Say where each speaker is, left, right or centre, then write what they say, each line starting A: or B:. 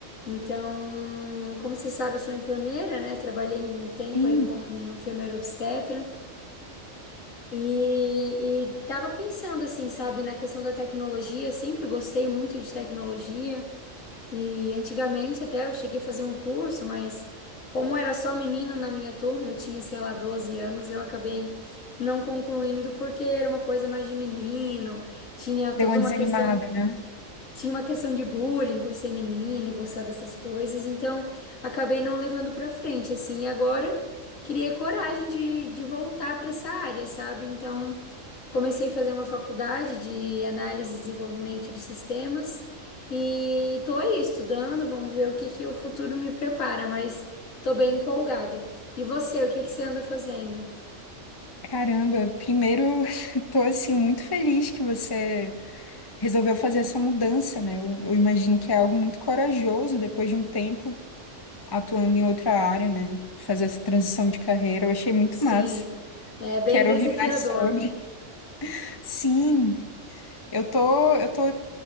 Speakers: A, on the left; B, on the left.
A: Então, como você sabe, eu sou enfermeira, né? Trabalhei um tempo
B: Sim,
A: aí como um enfermeira obstetra. E, e tava pensando assim, sabe, na questão da tecnologia, sempre gostei muito de tecnologia. E antigamente até eu cheguei a fazer um curso, mas como era só menino na minha turma, eu tinha, sei lá, 12 anos, eu acabei não concluindo porque era uma coisa mais de menino, tinha
B: deu
A: toda
B: uma
A: uma
B: desanimada,
A: questão
B: né?
A: tinha uma questão de bullying por ser menina e gostar dessas coisas, então acabei não levando pra frente, assim, e agora criei coragem de, de voltar pra essa área, sabe? Então comecei a fazer uma faculdade de análise e desenvolvimento de sistemas e tô aí estudando, vamos ver o que que o futuro me prepara, mas tô bem empolgada. E você, o que que você anda fazendo?
B: Caramba, primeiro, <laughs> tô, assim, muito feliz que você resolveu fazer essa mudança, né? Eu, eu imagino que é algo muito corajoso depois de um tempo atuando em outra área, né? Fazer essa transição de carreira, eu achei muito
A: Sim,
B: massa.
A: é bem
B: Quero
A: desafiador.
B: ouvir mais sobre. Sim. Eu tô, eu tô,